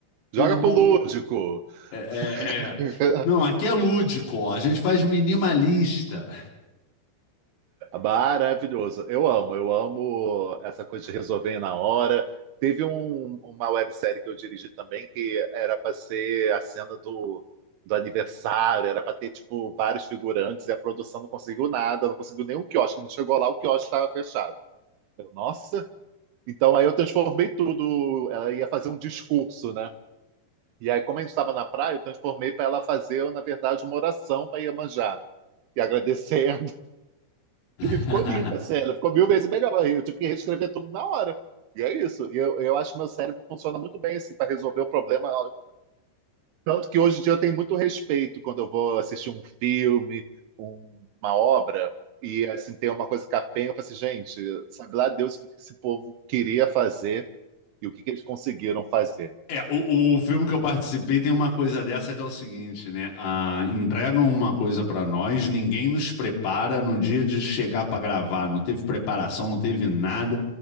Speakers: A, on the left; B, on the right.
A: Todo
B: Joga
A: bom.
B: pro lúdico! <laughs>
A: É, é, é. Não, aqui é lúdico, ó. a gente faz minimalista.
B: Maravilhoso. Eu amo, eu amo essa coisa de resolver na hora. Teve um- uma websérie que eu dirigi também que era para ser a cena do, do aniversário, era para ter tipo vários figurantes e a produção não conseguiu nada, não conseguiu nenhum quiosque. A gente chegou lá, o quiosque estava fechado. Eu, nossa, então aí eu transformei tudo. Ela ia fazer um discurso, né? E aí, como a gente estava na praia, eu transformei para ela fazer, na verdade, uma oração para Iemanjá e agradecer
A: <laughs>
B: e ficou linda a cena, ficou mil vezes melhor. Eu tive que reescrever tudo na hora. E é isso. E Eu, eu acho que meu cérebro funciona muito bem assim para resolver o problema. Tanto que hoje em dia eu tenho muito respeito quando eu vou assistir um filme, um- uma obra, e assim tem uma coisa capenga. Eu falo assim, gente, sabe lá Deus o que que esse povo queria fazer e o que que eles conseguiram fazer.
A: É, o, o filme que eu participei tem uma coisa dessa que é o seguinte, né? Ah, entregam uma coisa pra nós, ninguém nos prepara no dia de chegar pra gravar, não teve preparação, não teve nada.